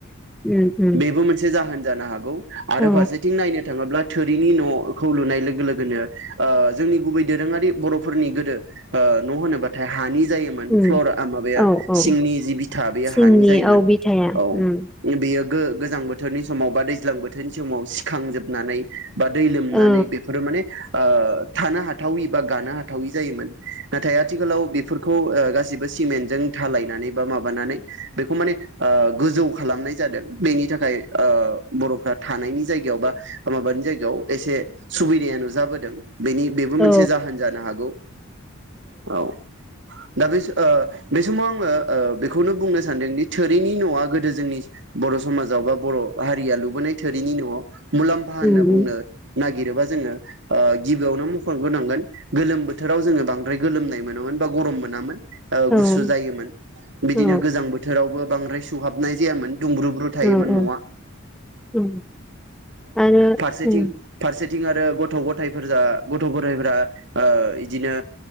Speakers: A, in the centre; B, on the right.
A: उम
B: बेबो मोनसे जाहोन जानो हागौ। आरो
A: औ
B: फारसेथिं नायनो थाङोब्ला थोरिनि न खौ लुनाय लोगो लोगोनो ओ जोंनि गुबै दोरोङारि बरफोरनि गोदो ओ न होनोबाथाय हानि जायोमोन
A: उम
B: फ्लर ओ माबाया
A: औ औ
B: सिंनि जि बिथा बे
A: सिंनि
B: हानि जायोमोन
A: औ बिथाया
B: औ
A: उम
B: बेयो गो-गोजां बोथोरनि समाव बा दैज्लां बोथोरनि समाव सिखांजोबनानै बा दै नानै
A: औ
B: बेफोरो माने ओ थानो हाथावि बा गानो हाथावै जायोमोन नाथाय आथिखालाव बेफोरखौ ओ गासिबो सिमेन्टजों थालायनानै बा माबानानै बेखौ माने ओ गोजौ खालामनाय जादों बेनि थाखाय बर फ्रा थानायनि जायगायाव बा माबानि जायगायाव एसे सुबिदाया नुजाबोदों। बेनि बेबो
A: औ
B: मोनसे जाहोन जानो हागौ। औ दा बे ओ बे समाव आङो ओ बेखौनो बुंनो सानदोंदि थोरिनि न आ गोदो जोंनि बर समाजाव बा बर हारिया लुबोनाय थोरिनि न आव मुलाम्फा होनना
A: उम
B: बुंनो नागिरोबा जोङो आ गिबियावनो मख'नग्रोनांगोन गोलोम बोथोराव जोङो बांद्राय गोलोमनाय मोनामोन बा गरम मोनामोन। ओ
A: उम
B: गुसु जायोमोन बिदिनो
A: औ
B: गोजां बोथोरावबो बांद्राय सुहाबनाय जायामोन। दुंब्रुुब्रु थायोमोन
A: औ औ
B: नआ
A: उम आरो
B: फारसेथिं
A: उम
B: सेथिं आरो गथ गथायफोरजा गथ गथायफोरा ओ इदिनो